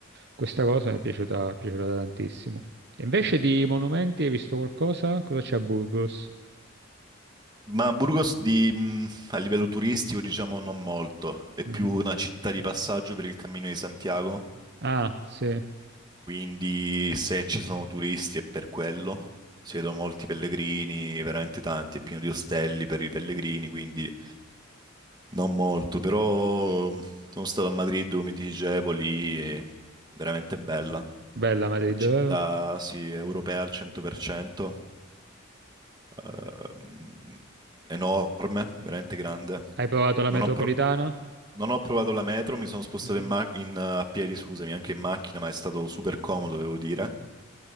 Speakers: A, on the right; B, on the right.
A: questa cosa mi è piaciuta, è piaciuta tantissimo. E invece di monumenti, hai visto qualcosa? Cosa c'è a Burgos?
B: Ma Burgos di, mh, a livello turistico, diciamo, non molto. È
A: Mhm.
B: più una città di passaggio per il Cammino di Santiago,
A: Ah, sì,
B: Quindi se ci sono turisti è per quello, si vedono molti pellegrini, veramente tanti, è pieno di ostelli per i pellegrini, quindi non molto, però sono stato a Madrid, come ti dicevo, lì è veramente bella,
A: bella Madrid,
B: una città
A: vero?
B: sì, europea al 100%, ehm, enorme, veramente grande.
A: Hai provato la
B: Non
A: metropolitana?
B: ho, pro- non ho provato la metro, mi sono spostato
A: Mhm.
B: in ma- in, eh, a piedi, scusami, anche in macchina, ma è stato super comodo, devo dire.